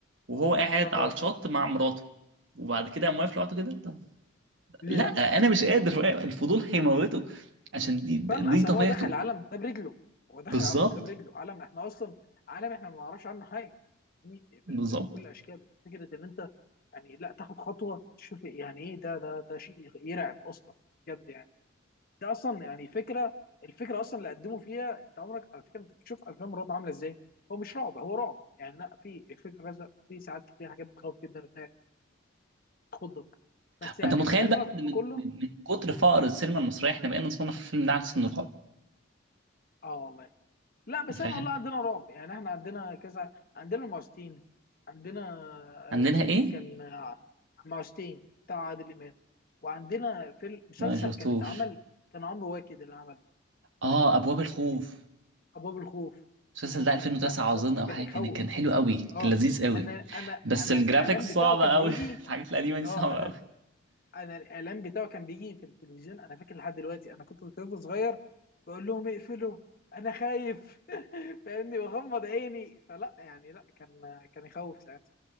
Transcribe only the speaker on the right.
وهو قاعد
على الشط مع مراته وبعد كده قام واقف لوحده كده طب
لا
انا مش قادر الفضول هيموته عشان دي دي
طبيعته
بالظبط
بالظبط
انت متخيل
بقى ان
من
من من كتر فقر السينما المصريه احنا بقينا نصنف الفيلم ده على سن رعب
فاهم
عندنا
ايه
ما شفتوش
اه ابواب الخوف
المسلسل
ده
2009
اظن
او حاجه
كان كان حلو قوي كان
لذيذ قوي
بس
الجرافيكس
صعبه
قوي
<laughs> الحاجات القديمه دي
صعبه
قوي <laughs>